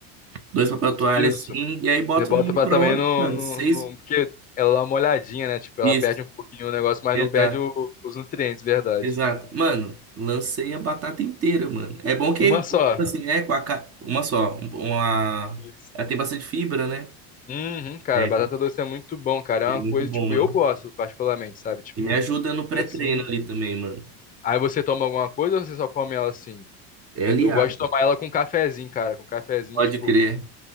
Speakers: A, on the right; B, on the left.
A: Dois papel toalha
B: Isso.
A: assim, e aí boto
B: Você bota
A: no micro-ondas,
B: pra também no,
A: mano.
B: no,
A: Seis.
B: no- Porque ela dá uma olhadinha, né? Tipo, ela
A: Isso,
B: perde um pouquinho o negócio, mas
A: exato,
B: não perde o- os nutrientes, verdade.
A: exato. Mano, lancei a batata inteira, mano. É bom que,
B: Uma
A: tipo
B: só.
A: assim, é com a. ca- Uma só. um- Uma.
B: Isso.
A: Ela tem bastante fibra, né?
B: Uhum, cara,
A: É,
B: batata doce é muito bom, cara. É
A: é
B: uma
A: muito
B: coisa,
A: bom,
B: tipo,
A: mano.
B: eu gosto particularmente, sabe? Tipo,
A: E me ajuda no pré-treino
B: assim.
A: ali também, mano.
B: Aí você toma alguma coisa ou você só come ela assim?
A: É aliado.
B: Eu gosto de tomar ela com cafezinho, cara. Com cafezinho,
A: Pode
B: tipo,
A: crer,